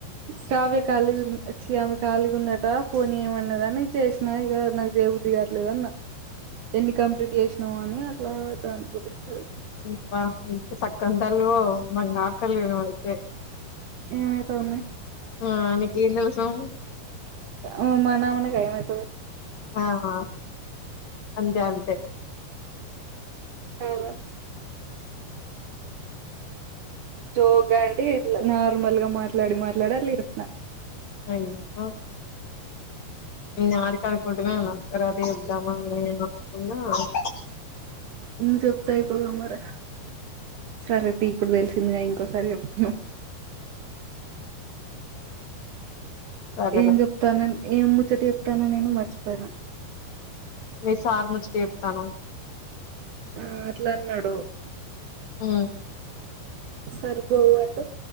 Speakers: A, on the right; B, on the left.
A: శ్రావ్య ఖాళీగున్ ఛీ ఆమె ఖాళీగుందట ఫోన్ ఏమన్నదని చేసినా ఇగ నాకు జేబు ద్ది గాట్లేదన్న ఎన్ని కంప్లీట్ చేసినావు అని అట్లా దాని గురించి అడి
B: ఉమ్ బా ఇంత సక్కని తల్లివో బంగారు తల్లివి నవ్వయితే
A: ఏమైతాంది
B: ఆమెకి ఏం తెలుసు
A: ఆ మనమున్నగా ఏమైతది
B: ఆ ఆ అంతే అంతే
A: కాదా జోగ్ అంటే నార్మల్ గా మాట్లాడి మాట్లాడి అట్ల చెప్పినా
B: అ ఇంకో నేను ఆడికనుకుంటునే తరవాతకి చెబ్దామా <unintelligible>
A: ముందు చెప్తే అయిపోవుగా మరి సరే తీ ఇప్పుడు తెలిసిందిగా ఇంకోసారి చెప్తున్నా
B: సరేలే
A: ఏం చెప్తానన్ ఏం ముచ్చట చెప్తానా నేను మర్చిపోయినా
B: మీ సార్ మచ్చట చెప్తాన్నావ్
A: ఆ అట్లన్నడు
B: ఊ
A: సరిపోవు అంటే